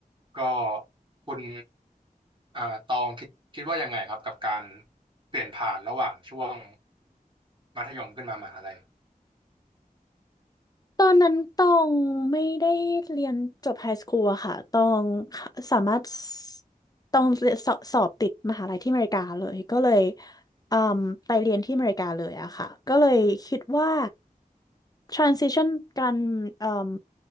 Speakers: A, on the right; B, on the left.
A: ก็คุณ อ่าตองคิดคิดว่ายังไงครับกับการเปลี่ยนผ่านระหว่างช่วงมัธยมขึ้นมามหาลัย
B: ตอนนั้นตองไม่ได้เรียนจบไฮสคูลอะค่ะตองสามารถตองสอบสอบติดมหาลัยที่อเมริกาเลย ก็เลยอืมไปเรียนที่อเมริกาเลยอะค่ะ ก็เลยคิดว่า transition การอืม